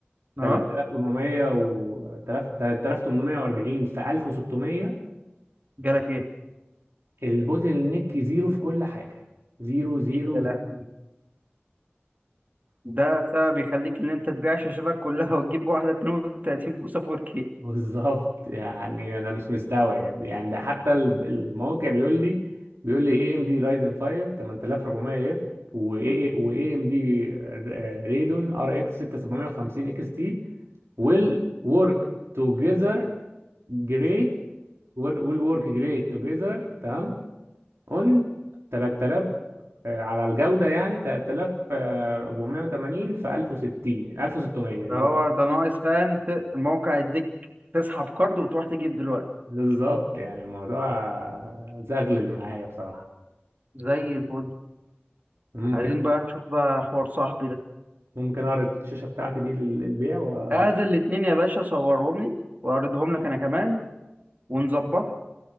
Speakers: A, on the right; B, on the right.
A: اه
B: 3400 و 3840 في 1600
A: جالك ايه
B: البوتل نيك زيرو في كل حاجه زيرو زيرو
A: يا لهوي. ده سبب يخليك ان انت تبيع شاشتك كلها وتجيب واحده 32 بوصه 4K
B: بالظبط يعني انا مش مستوعب يعني ده حتى ال- الموقع بيقول لي بيقول لي اي ام دي رايزن 5 8400 اف واي واي ام دي ريدون ار اكس 6750 اكس تي ويل ورك توجذر جريت ويل ورك جريت توجذر تمام اون 3000 آه، على الجودة يعني 3480 في 1060 1600 اللي
A: فهو
B: هو
A: ده ناقص فاهم ت- الموقع يديك تسحب كارد وتروح تجيب دلوقتي
B: بالظبط يعني الموضوع زغلل معايا بصراحة
A: زي الفل
B: ممكن
A: عايزين بقى نشوف بقى حوار صاحبي ده
B: ممكن اعرض الشاشة بتاعتي دي لل- للبيع واجيب
A: ادي الاتنين يا باشا صورهم لي واعرضهم لك انا كمان ونظبطها